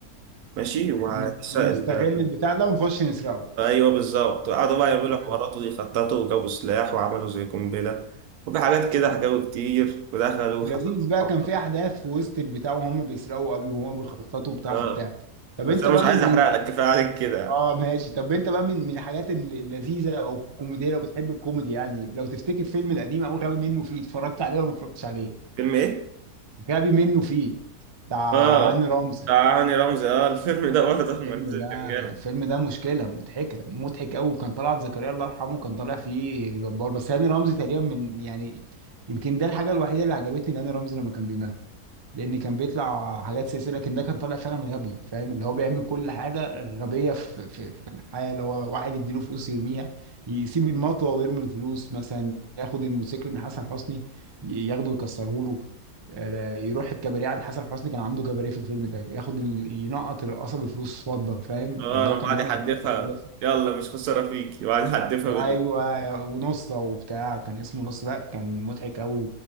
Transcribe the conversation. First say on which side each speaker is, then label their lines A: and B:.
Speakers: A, on the right; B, on the right.
A: ماشي وهنسرق
B: ونست- ونستغل
A: ال...
B: البتاع ده ونخش نسرقه
A: ايوه بالظبط قعدوا بقى يعملوا
B: تمام
A: حوارات ويخططوا وجابوا سلاح وعملوا زي قنبله وفي حاجات كده حكاوي كتير ودخلوا
B: لذيذ
A: وحصلوا
B: بقى
A: محاولات.
B: كان في احداث في وسط البتاع وهم بيسرقوا قبل وهم بيخططوا وبتاع
A: اه
B: في بتاع طب
A: بس
B: انت
A: انا
B: بقى
A: مش عايز
B: من من
A: احرق لك كفايه عليك كده
B: اه ماشي طب انت بقى من من الحاجات ال- اللذيذه او الكوميديه لو بتحب الكوميدي يعني لو تفتكر فيلم القديم او غبي منه فيه اتفرجت عليه ولا ما اتفرجتش عليه
A: فيلم ايه؟
B: غبي منه فيه بتاع
A: اه
B: هاني رمزي
A: بتاع هاني رمزي اه الفيلم ده برضه <laughs> لما
B: الفيلم
A: نزل
B: ده
A: كان جامد
B: الفيلم ده مشكلة مضحكة مضحك أوي كان طلعت زكريا الله يرحمه كان طالع فيه جبار بس هاني رمزي تقريبا من يعني يمكن ده الحاجة الوحيدة اللي عجبتني هاني رمزي لما كان بيمثل لأن كان بيطلع حاجات سياسية لكن ده كان طالع فعلا غبي فاهم اللي هو بيعمل كل حاجة غبية في في في الحياة اللي هو واحد يديله فلوس يرميها يسيب المطوة ويرمي الفلوس مثلا ياخد الموتوسيكل من حسن حسني ي- ياخده يكسره له آه، يروح الكباريه عند حسن حسني كان عنده كباريه في الفيلم ده ياخد ال... ينقط الرقاصه بفلوس فضه فاهم
A: اه
B: اللي هو
A: لما
B: كان
A: قعد
B: بيعمل
A: يحدفها
B: حاجات متخلفه
A: يلا مش خسارة فيكي وقعد يحدفها بال
B: ايوه ونصه وبتاع كان اسمه نص لا كان مضحك قوي